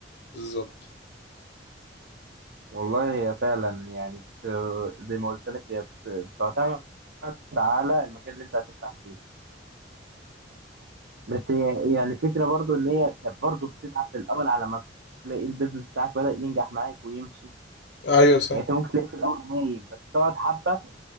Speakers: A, on the left; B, on the right.
A: بالظبط
B: والله هي فعلا يعني بت... زي ما قلت لك هي بت... بتعتمد على المكان اللي انت هتفتح فيه بس هي يعني فكرة برضو ان هي كانت برضو بتتعب في الاول على ما تلاقي البيزنس بتاعك بدأ ينجح معاك ويمشي
A: ايوه صح
B: يعني انت ممكن تلاقيه في الاول نايم بس تقعد حبة